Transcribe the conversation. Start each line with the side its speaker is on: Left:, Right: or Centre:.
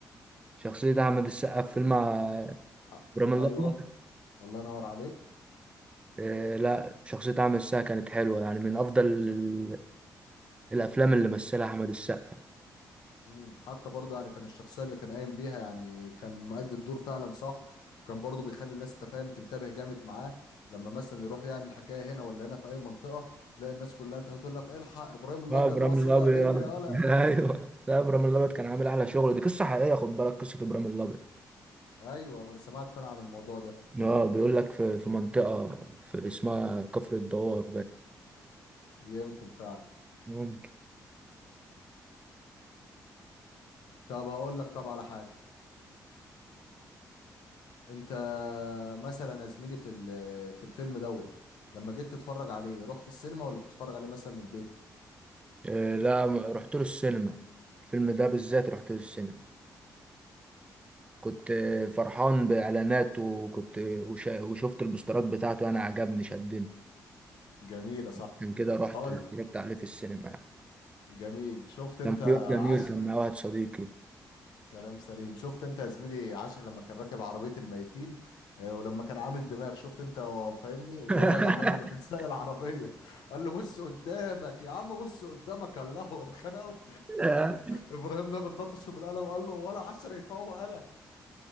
Right: شخصيه احمد السقا في فيلم ع-
Left: ع-
Right: ابراهيم الابيض
Left: ايوه الله ينور عليك
Right: إيه لا شخصيه احمد السقا كانت حلوه يعني من افضل ال- الافلام اللي مثلها احمد السقا
Left: مم. حتى برضه يعني كان الشخصية اللي كان قايم بيها يعني كان مؤدي الدور فعلا صح وكان برضه بيخلي الناس تفهم تنتبه جامد معاه لما مثلا يروح يعمل حكاية هنا ولا هنا في أي منطقة تلاقي الناس كلها أنت هتقول لك إيه الحق إبراهيم الأبيض
Right: اه ابراهيم
Left: وصل
Right: الابيض
Left: <laughs> اجري يالا
Right: <laughs> ايوه لا ابراهيم الابيض كان عامل احلى شغل دي قصه حقيقيه خد بالك قصه ابراهيم الابيض
Left: أيوه ما أنا سمعت فعلا عن الموضوع ده
Right: اه بيقول لك في في منطقه في اسمها كفر الدوار
Left: يمكن فعلا
Right: بقى
Left: طب هقول لك طب على حاجة أنت مثلا يا زميلي في ال- في الفيلم دوت لما جيت تتفرج عليه رحت السينما ولا كنت تتفرج عليه مثلا من البيت؟
Right: آه، لا م- رحت له السينما الفيلم ده بالذات رحت له السينما كنت آه، فرحان بإعلاناته وكنت آه، وش- وشفت البوسترات بتاعته أنا عجبني شدني
Left: جميلة صح
Right: عشان كده رحت
Left: هقول
Right: اتفرجت عليه في السينما يعني
Left: جميل شفت انت
Right: كان في يوم جميل
Left: عاش
Right: كان مع واحد صديقي
Left: كلام سليم شفت انت يا زميلي عاشر لما كان راكب عربية الميتين اه، ولما كان عامل دماغ شفت انت هو فاهمني
Right: <laughs>
Left: الولا غنام لما كان سايق العربية قال له بص قدامك يا عم بص قدامك قال له هو خنقه
Right: آه،
Left: ابراهيم ده بنلطشه بالقلم قال له ولا عشر يفوق انا